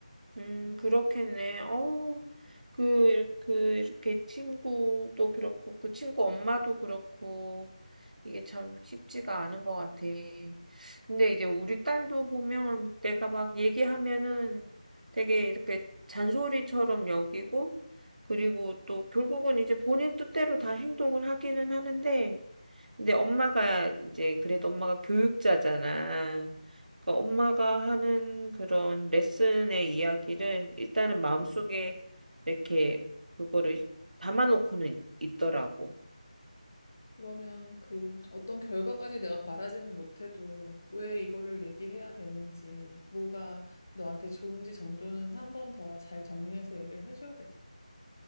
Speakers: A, on the right; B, on the left.
A: 음, 그렇겠네. 어, 그, 그, 이렇게 친구도 그렇고, 그 친구 엄마도 그렇고, 이게 참 쉽지가 않은 것 같아. 근데 이제 우리 딸도 보면 내가 막 얘기하면은 되게 이렇게 잔소리처럼 여기고, 그리고 또 결국은 이제 본인 뜻대로 다 행동을 하기는 하는데, 근데 엄마가 이제 그래도 엄마가 교육자잖아. 그러니까 엄마가 하는 그런 레슨의 이야기를 일단은 마음속에 이렇게 그거를 담아놓고는 있더라고.
B: 그러면 그 어떤 결과까지 내가 바라지는 못해도 왜 이거를 얘기해야 되는지, 뭐가 너한테 좋은지 정도는 한 번 더 잘 정리해서 얘기를 해줘야 되겠다.